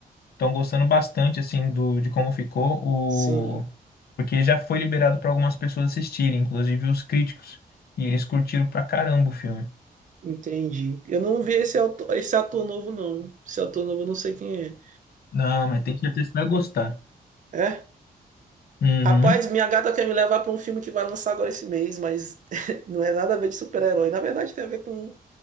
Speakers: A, on the left; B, on the right.
A: Estão gostando bastante, assim, do, de como ficou o.
B: sim.
A: Porque já foi liberado pra algumas pessoas assistirem, inclusive os críticos. E eles curtiram pra caramba o filme.
B: Entendi. Eu não vi esse ator, esse ator novo, não. Esse ator novo eu não sei quem é.
A: Não, mas tem certeza que você vai gostar.
B: É?
A: Uhum.
B: Rapaz, minha gata quer me levar pra um filme que vai lançar agora esse mês, mas <laughs> não é nada a ver de super-herói. Na verdade, tem a ver com,